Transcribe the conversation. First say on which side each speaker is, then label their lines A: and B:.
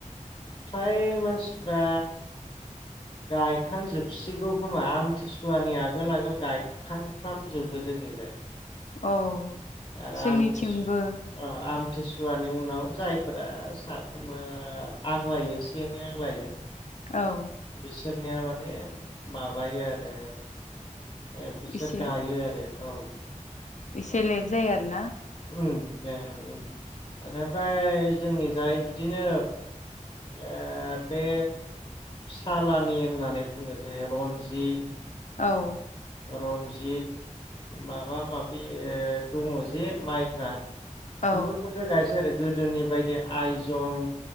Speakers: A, on the left (about 40°); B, on the left (about 65°).
A: फ्राय मानसिफ्रा गायखांजोबसिगौ खोमा आमथिसुवानि आगोल आगोल गायखांफ्रामजोबो जोंनिजाय।
B: औ
A: आराम
B: जोंनिथिंबो
A: <unintelligible> ओ आम थिसुवानि उनाव जायफोरा साफ्रोमबो आग्लायो एसे, एनै आग्लायो
B: औ
A: बिसोरनिया माने माबायो आरो ए बिसोर
B: एसे
A: गायो आरो औ।
B: एसे लेट जायो आरो ना?
A: ओमफाय ओं एनिफ्राय जोंनि जाय बिदिनो ओ बे सालानि होननानै बुङो जे रनजित
B: औ
A: रन्जित माबा माबि दङ' जे माइफ्रा
B: औ
A: बेफोरखौसो गायसै आरो गोदोनि बायदि आइजं,